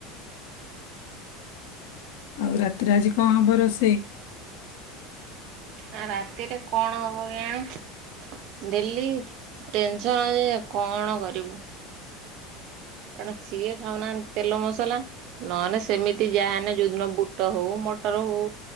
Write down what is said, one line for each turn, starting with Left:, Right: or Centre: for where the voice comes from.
Left: ଆଉ ରାତିରେ ଆଜି କଣ ହବ ରୋଷେଇ?
Right: ଆ ରାତିରେ କଣ ହବ କିଆଣି। ଡେଲି ଟେନସନ୍ ଯେ କଣ କରିବୁ। କାରଣ ସିଏ ଖାଉ ନାହାଁନ୍ତି ତେଲ ମସଲା ନ ହେନେ ସେମିତି ଯା ହେନେ ଯୋଉଦିନ ବୁଟ ହଉ ମଟର ହଉ